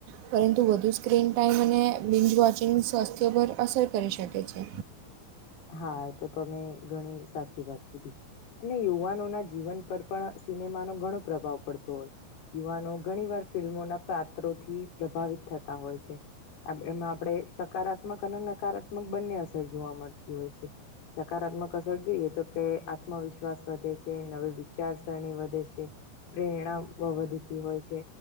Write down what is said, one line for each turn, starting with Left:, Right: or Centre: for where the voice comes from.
Right: પરંતુ વધુ સ્ક્રીન ટાઈમ અને વોચિંગ સ્વાસ્થ્ય પર અસર કરી શકે.
Left: હા એ તમે ઘણી સાચી વાત કીધી અને યુવાનો ના જીવન પર પણ, સિનેમા નો ઘણો પ્રભાવ પડતો હોય, યુવાનો ઘણી વાર ફિલ્મોના, પાત્રોથી પ્રભાવિત થતા હોય છે. આમ એમાં આપણે સકારાત્મક અને નકારાત્મક બંને અસર જોવા મળતી હોય છે. સકારાત્મક અસર જોઈએ તો, કે આત્મવિશ્વાસ વધે છે. નવી વિચારસરણી વધે છે., પ્રેરણા વધીતી હોય છે,